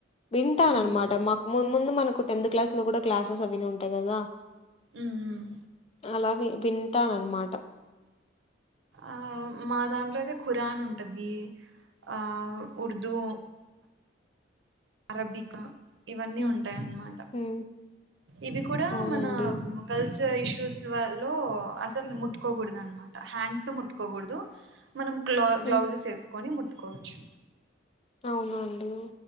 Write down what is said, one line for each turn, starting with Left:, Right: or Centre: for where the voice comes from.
Left: వింటాననమాట
Right: మ్మ్
Left: మాకు ము ముందు మనకు టెన్త్ క్లాస్ లో కూడా క్లసేస్ అవి ఉంటాయి కదా
Right: మ్మ్
Left: అలా వి వింటానన్నమాట
Right: ఆ మా దాంట్లో అయితే ఖురాన్ ఉంటది ఆ ఉర్దూ అరబ్బిక ఇవన్నీ
Left: హ్మ్.
Right: ఉంటాయన్నమాట
Left: హ్మ్.
Right: ఇవి కూడా
Left: అవునండి.
Right: మన గల్స్ ఇష్యూస్ వల్లో అసలు ముట్టుకోకూడదు అన మాట హ్యాండ్స్ తో ముట్టుకోకూడదు మనం క్లౌ
Left: హ్మ్.
Right: గ్లౌజెస్ వేసు కొని ముట్టుకోవచ్చు
Left: అవునా అండి